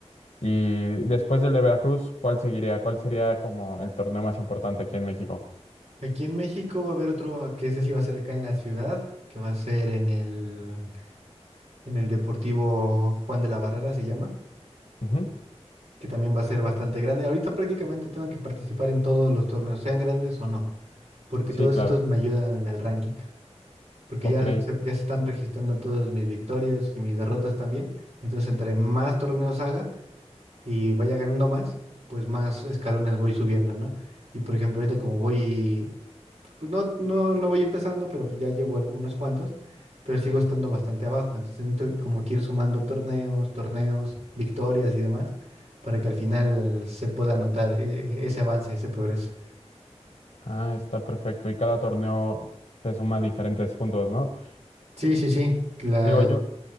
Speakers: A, on the left (about 75°); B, on the right (about 75°).
A: Y después del de Veracruz, ¿cuál seguiría? ¿Cuál sería como el torneo más importante aquí en México?
B: Aquí en México va a haber otro, que ese sí va a ser acá en la ciudad, que va a ser en el en el Deportivo Juan de la Barrera se llama,
A: Ujú.
B: que también va a ser bastante grande. Ahorita prácticamente tengo que participar en todos los torneos, sean grandes o no, porque
A: Sí,
B: todos
A: claro.
B: estos me ayudan en el ranking, porque
A: Ok.
B: ya se, ya se están registrando todas mis victorias y mis derrotas también. Entonces, entre más torneos haga y vaya ganando más, pues más escalones voy subiendo, ¿no? Y por ejemplo, ahorita como voy pues no, no, no voy empezando, pero pues ya llevo al- unos cuantos, pero sigo estando bastante abajo. Entonces necesito como que ir sumando torneos, torneos, victorias y demás, para que al final se pueda notar eh, e-, ese avance, ese progreso.
A: Ah, está perfecto. Y cada torneo te suma diferentes puntos, ¿no?
B: Sí, sí, sí. La,
A: Digo, yo,